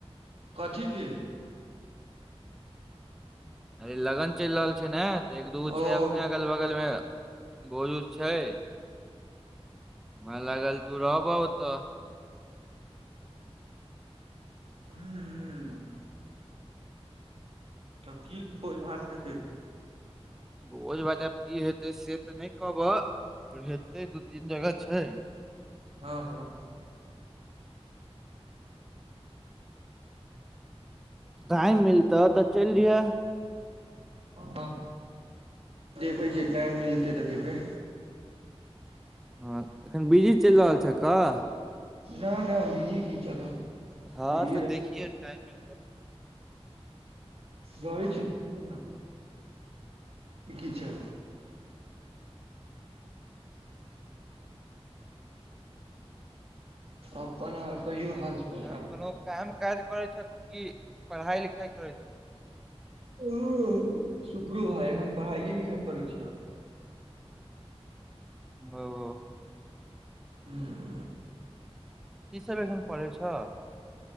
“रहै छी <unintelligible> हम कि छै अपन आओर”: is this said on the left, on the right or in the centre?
Right